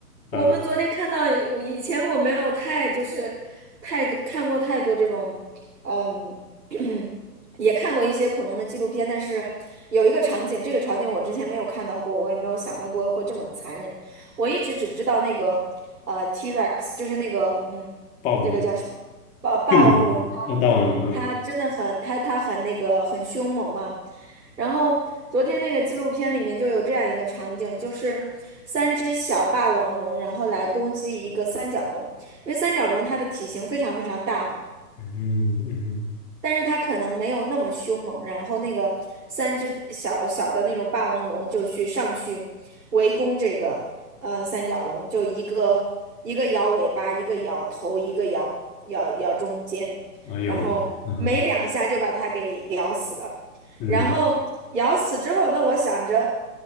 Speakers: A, on the right; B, on the left.
A: 我们昨天看到有，
B: 呃，
A: 以前我没有太就是太多看过太多这种，嗯，<clears throat> 也看过一些恐龙的纪录片，但是有一个场景，这个场景我之前没有看到过，我也没有想到过会这么残忍。我一直只知道那个呃 T-Rex，就是那个嗯，
B: 暴龙、
A: 这个叫什么霸霸王龙，
B: 迅猛龙、呃，大王龙，嗯
A: 它它真的很它它很那个很凶猛嘛，然后昨天那个纪录片里面就有这样一个场景，就是三只小霸王龙，然后来攻击一个三角龙，因为三角龙它的体型非常非常大嘛，
B: 嗯嗯
A: 但是它可能没有那么凶猛，然后那个三只小小的那种霸王龙就去上去围攻这个呃三角龙，就一个一个摇尾巴，一个摇头，一个摇摇摇中间，
B: 哼，哎呦，
A: 然后没两下就把它给咬死了。
B: 嗯哼嗯
A: 然后咬死之后，那我想着